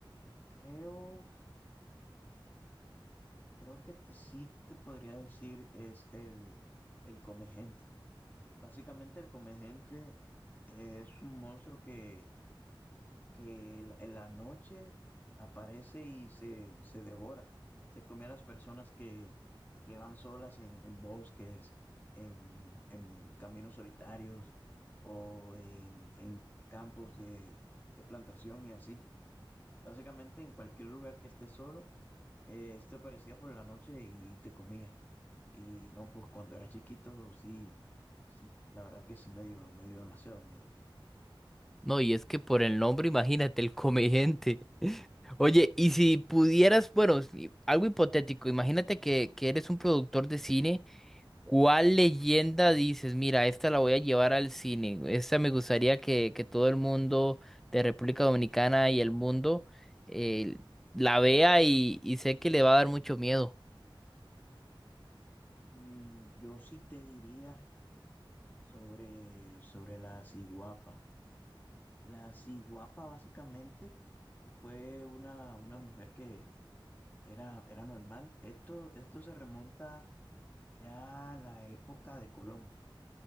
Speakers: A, on the left (about 20°); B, in the centre.
A: Creo, creo que te, sí te podría decir es el, el come gente. Básicamente el come gente es un monstruo que, que en la en la noche aparece y se, se devora. Se come a las personas que, que van solas en, en bosques, en, en caminos solitarios o en, en campos de, de plantación y así. Básicamente en cualquier lugar que estés solo Eh, este aparecía por la noche y te comía. Y no, pues cuando era chiquito, sí, sí, la verdad que sí me dio, me dio demasiado miedo.
B: No, y es que por el nombre, imagínate, el comediante. <laughs> Oye, y si pudieras, bueno, si- algo hipotético, imagínate que, que eres un productor de cine ¿Cuál leyenda dices? Mira, esta la voy a llevar al cine. Esta me gustaría que, que todo el mundo de República Dominicana y el mundo eh, la vea y, y sé que le va a dar mucho miedo.
A: Mm, yo sí te diría sobre, sobre la ciguapa. La ciguapa básicamente fue una, una mujer que era, era normal. Esto, esto se remonta ya a la época de Colón.